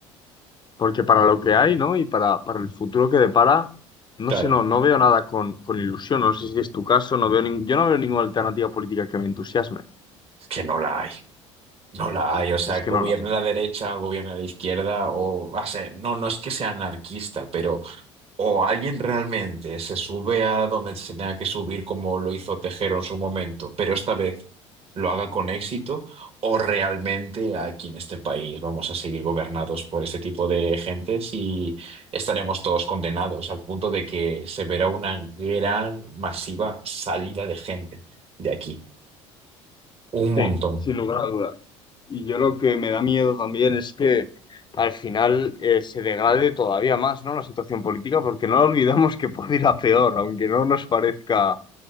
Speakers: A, on the left; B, on the right.
A: porque para lo que hay, ¿no? Y para, para el futuro que depara, no
B: claro,
A: sé, no, no veo nada con, con ilusión. No sé si es tu caso, no veo nin- yo no veo ninguna alternativa política que me entusiasme.
B: es que no la hay. No la hay, o sea,
A: Es que
B: gobierna
A: no la veo.
B: la derecha, gobierna la izquierda, o, o sea, no, no es que sea anarquista, pero O alguien realmente se sube a donde se tenga que subir como lo hizo Tejero en su momento, pero esta vez lo haga con éxito, o realmente aquí en este país vamos a seguir gobernados por este tipo de gentes y estaremos todos condenados al punto de que se verá una gran masiva salida de gente de aquí. Un
A: Sí,
B: montón.
A: sin lugar a dudas. Y yo lo que me da miedo también es que al final eh, se degrade todavía más, ¿no? La situación política, porque no olvidamos que puede ir a peor, aunque no nos parezca,